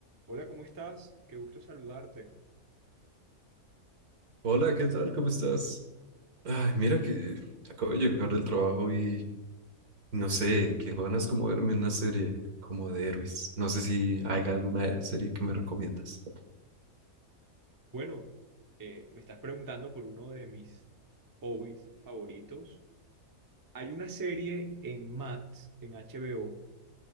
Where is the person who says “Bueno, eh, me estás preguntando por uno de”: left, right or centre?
Right